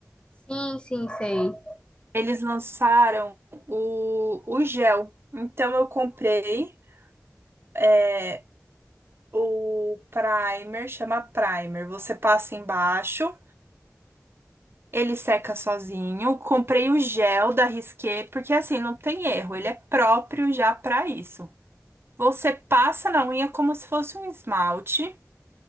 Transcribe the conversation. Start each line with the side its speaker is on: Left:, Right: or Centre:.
Left: Sim, sim, sei.
Right: Eles lançaram o, o gel. Então eu comprei. é, O primer chama primer. Você passa embaixo, ele seca sozinho. Comprei o gel da Risqué, porque assim não tem erro, ele é próprio já para isso. Você passa na unha como se fosse um esmalte,